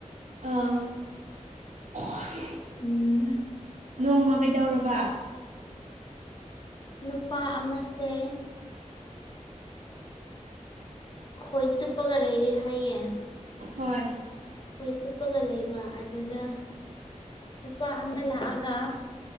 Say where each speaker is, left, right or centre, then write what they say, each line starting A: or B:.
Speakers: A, on the right; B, on the left.
A: ꯑꯥ <inaudible>
B: ꯎꯝ
A: ꯅꯣꯡꯃ ꯀꯩꯗꯧꯔꯕ
B: ꯅꯨꯄꯥ ꯑꯃꯁꯦ ꯈꯣꯏ ꯆꯨꯞꯄꯒ ꯂꯩꯔꯦ ꯍꯥꯏꯌꯦ
A: ꯍꯣꯏ
B: ꯈꯣꯏ ꯆꯨꯞꯄꯒ ꯂꯩꯕ ꯑꯗꯨꯗ ꯅꯨꯄꯥ ꯑꯃ ꯂꯥꯛꯑꯒ